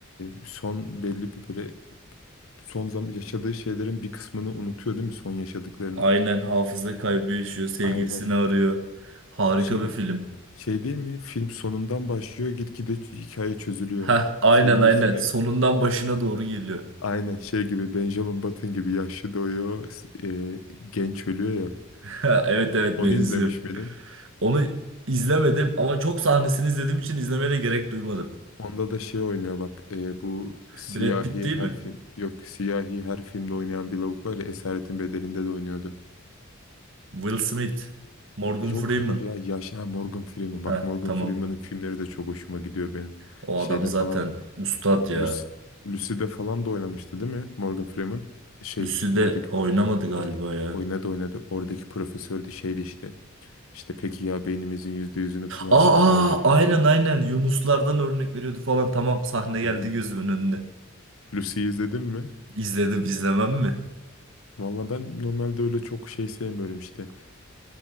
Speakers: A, on the left; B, on the right.
A: e, son belli bir böyle son zaman yaşadığı şeylerin bir kısmını unutuyor değil mi son yaşadıklarının?
B: Aynen hafıza kaybı yaşıyor. Sevgilisini
A: Aynen.
B: arıyor. Harika
A: Şey
B: bir film.
A: Şey değil mi? Film sonundan başlıyor, gitgide ç- hikaye çözülüyor.
B: Heh, aynen
A: Sevgilisini
B: aynen. Sonundan başına doğru geliyor.
A: aynen şey gibi Benjamin Button gibi yaşlı doğuyor, s- e, genç ölüyor ya.
B: <laughs> Evet evet
A: Onu
B: benziyor.
A: izlemiş miydin?
B: Onu izlemedim ama çok sahnesini izlediğim için izlemeye de gerek duymadım.
A: Onda da şey oynuyor bak e, bu siyahi
B: Brad Pitt değil
A: her
B: mi?
A: film yok siyahi her filmde oynayan bir lavuk var ya Esaretin Bedeli'nde de oynuyordu.
B: Will Smith. Morgan
A: Yok
B: Freeman.
A: hayır ya yaşlı ha, Morgan Freeman
B: Heh,
A: bak Morgan
B: tamam.
A: Freeman'ın filmleri de çok hoşuma gidiyor benim.
B: O
A: Şeyde
B: adam zaten
A: falan
B: ustad ya.
A: Lucy, Lucy'de falan da oynamıştı değil mi? Morgan Freeman. Şey
B: Lucy'de
A: oradaki
B: oynamadı
A: pro-
B: galiba
A: orada
B: ya.
A: oynadı oynadı. Oradaki profesör de şeydi işte. İşte peki ya beynimizin yüzde yüzünü kullansak
B: Aa, aa,
A: ne olur?
B: aynen aynen. Yunuslardan örnek veriyordu falan. Tamam sahne geldi
A: Aynen.
B: gözümün önüne.
A: Lucy'yi izledin mi?
B: İzledim izlemem mi?
A: Valla ben normalde öyle çok şey sevmiyorum işte.